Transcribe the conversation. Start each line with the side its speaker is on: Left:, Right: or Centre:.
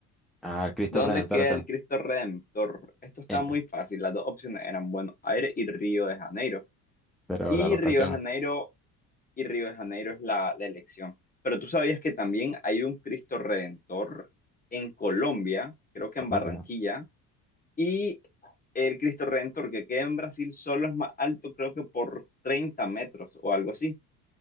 Centre: ah, Cristo
Left: ¿Dónde
Centre: Redentor
Left: queda
Centre: está
Left: el Cristo Redentor? Esto está
Centre: en,
Left: muy fácil. Las dos opciones eran Buenos Aires y Río de Janeiro.
Centre: pero
Left: Y
Centre: la locación,
Left: Río de Janeiro y Río de Janeiro es la, la elección. Pero tú sabías que también hay un Cristo Redentor en Colombia, creo que
Centre: Colombia,
Left: en Barranquilla, y el Cristo Redentor que queda en Brasil solo es más alto, creo que por 30 metros o algo así.